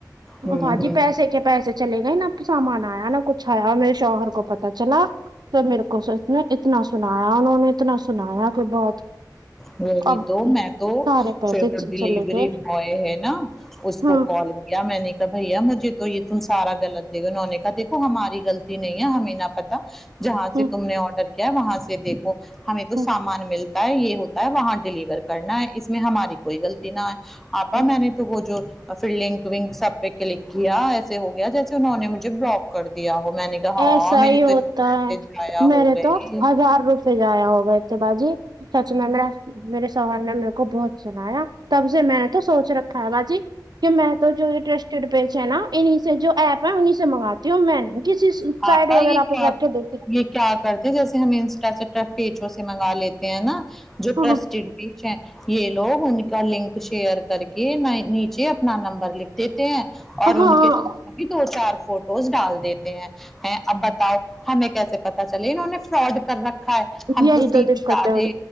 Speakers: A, in the centre; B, on the right.
A: ہوں
B: بھجی
A: ہ
B: پیسے کے پیسے چلے گئے نہ سامان آیا نہ کچھ آیا میرے شوہر کو پتا چلا تو میرے کو اتنا سنایا انہوں نے اتنا سنایا کہ بہت
A: وہی
B: اب
A: تو میں تو
B: سارے پیسے
A: پھر وہ ڈیلیوری
B: چلے گئے
A: بوائے ہے نا اس
B: ہاں
A: کو کال میں نے کہا بھیا مجھے تو یہ تم سارا غلط دے گے انہوں نے کہا دیکو ہماری غلطی نہیں ہے ہمیں نہ پتا جہاں
B: ہوں
A: سے تم نے آڈر کیا وہاں سے دیکھو ہمیں تو
B: ہوں
A: سامان ملتا ہے یہ ہوتا ہے وہاں ڈیلیور کرنا ہے اس میں ہماری کوئی غلطی نہ ہے آپا
B: ہوں
A: میں نے تو وہ جو پھر لنک ونک سب پہ کلک کیا ایسے ہو گیا جیسے انہوں نے مجھے بلاک کر دیا ہو میں نے کہا
B: ایسا
A: ہاں میری
B: ہی
A: تو
B: ہوتا
A: اتنے
B: ہے
A: پیسے ضائع
B: میرے
A: ہو گئے
B: تو ہزار روپے جضایا ہو گئے تھے باجی سچ مے میرے شوہر نے میرے کو بہت سنایا تب سے میں نے تو سوچ رکھا ہے باجی کہ میں تو جو یہٹرسٹیڈ پیج ہے نا انہیں سے جو ایپ ہے سے منگاتی ہوں میں کسی سے سائڈ
A: آپا
B: وغیرہ
A: یہ
B: پےجا
A: کیا
B: کے دیتی
A: یہ کیا کرتے جیسے ہم انسٹا سے پیچو سے منگا لیتے ہیں نا جوٹر
B: ہاں
A: ٹسٹیڈ یہ لوگ ان کا لنک شیئر کر کے نیچے اپنا نمبر لکھ دیتے ہیں اور ان
B: ہاں
A: کے بھی دو چار فوٹوز ڈال دیتے ہیں ہیں اب بتاؤ ہمیں کیسے پتا چلے انہوں نے فراڈ کر رکھا ہے ہم
B: یہی
A: تو سیدھے
B: دقتیں
A: سادے
B: ہو